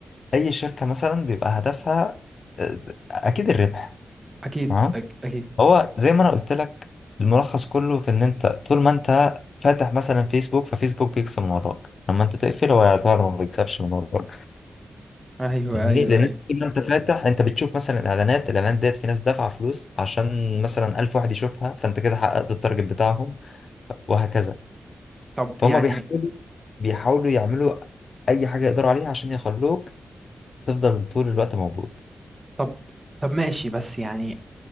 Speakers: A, on the left; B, on the right.
A: اي شركة مثلا بيبقى هدفها آه، اكيد الربح
B: أكيد
A: تمام
B: أك... أكيد
A: هو زي ما انا قلت لك الملخص كله في ان انت طول ما انت فاتح مثلا فيسبوك ففيسبوك بيكسب من وراك لما انت تقفل هو يعتبر ما بيكسبش من وراك
B: أيوه أيوه
A: فاهمني لان
B: أيوه
A: انت طول ما انت فاتح انت بتشوف مثلا اعلانات الاعلانات ديت في ناس دافعه فلوس عشان مثلا 1000 واحد يشوفها فانت كده حققت التارجت بتاعهم وهكذا
B: طب
A: فهم
B: يعني
A: بيحاولوا بيحاولوا يعملوا اي حاجه يقدروا عليها عشان يخلوك تفضل طول الوقت موجود
B: طب طب ماشي بس يعني